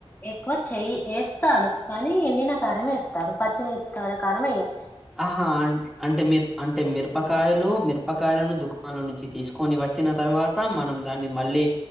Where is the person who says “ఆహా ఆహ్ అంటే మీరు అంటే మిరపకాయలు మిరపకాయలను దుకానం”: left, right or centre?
Centre